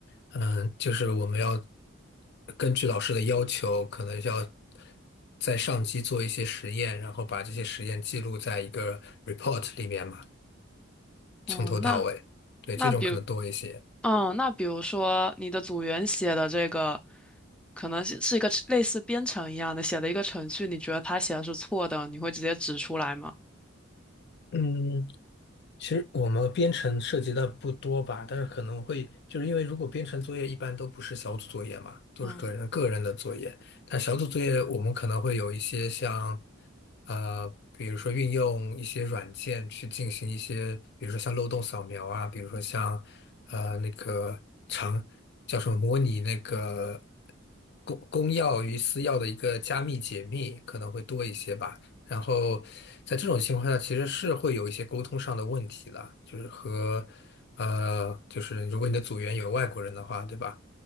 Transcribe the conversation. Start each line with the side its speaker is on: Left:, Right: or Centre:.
Left: 嗯，就是我们要根据老师的要求，可能要在上机做一些实验，然后把这些实验记录在一个 report 里面嘛，
Centre: 哦，
Left: 从头到尾。
Centre: 那
Left: 对，
Centre: 那比如
Left: 这种可能多一些。
Centre: 嗯，那比如说你的组员写的这个，可能是是一个类似编程一样的，写的一个程序，你觉得他写的是错的，你会直接指出来吗？
Left: 嗯。其实我们编程涉及的不多吧，但是可能会就是因为如果编程作业一般都不是小组作业嘛，都是个人个人的作业，
Centre: 嗯
Left: 但小组作业我们可能会有一些像，呃，比如说运用一些软件去进行一些，比如说像漏洞扫描啊，比如说像呃那个长叫什么模拟那个公公钥与私钥的一个加密解密可能会多一些吧。然后在这种情况下，其实是会有一些沟通上的问题啦，就是和呃，就是如果你的组员有外国人的话，对吧？